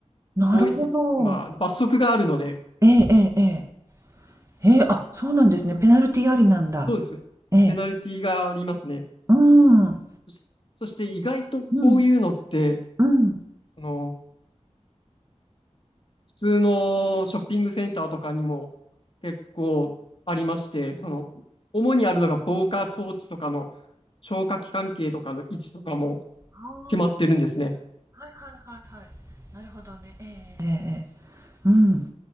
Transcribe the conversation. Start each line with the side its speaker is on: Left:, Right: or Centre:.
Right: なるほど。
Left: 法律、まあ、罰則があるので、
Right: ええええええ。ええ、あ、そうなんですね。ペナルティありなんだ。
Left: そうですね。
Right: ええ。
Left: ペナルティがありますね。
Right: うん。
Left: そし、そして意外とこういうのって、
Right: うん、うん。
Left: あの、普通のショッピングセンターとかにも結構ありまして、その、主にあるのが防火装置とかの消火器関係とかの位置とかも
Right: ああ、
Left: 決まってるんですね。
Right: はいはいはいはい。なるほどね。ええ、うん。